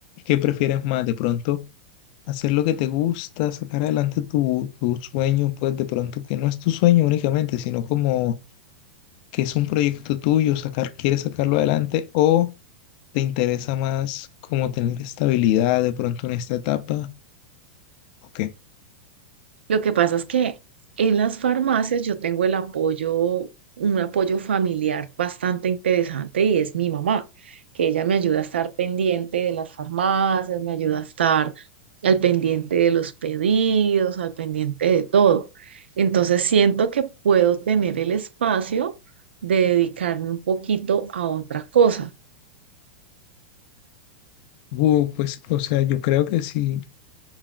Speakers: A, on the left; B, on the right.
A: qué prefieres más? De pronto hacer lo que te gusta, sacar adelante tu, tu sueño, pues de pronto que no es tu sueño únicamente, sino como que es un proyecto tuyo, sacar, quieres sacarlo adelante o te interesa más como tener estabilidad de pronto en esta etapa o qué?
B: Lo que pasa es que en las farmacias yo tengo el apoyo, un apoyo familiar bastante interesante y es mi mamá, que ella me ayuda a estar pendiente de las farmacias, me ayuda a estar al pendiente de los pedidos, al pendiente de todo. Entonces siento que puedo tener el espacio de dedicarme un poquito a otra cosa,
A: Uh, pues, o sea, yo creo que si,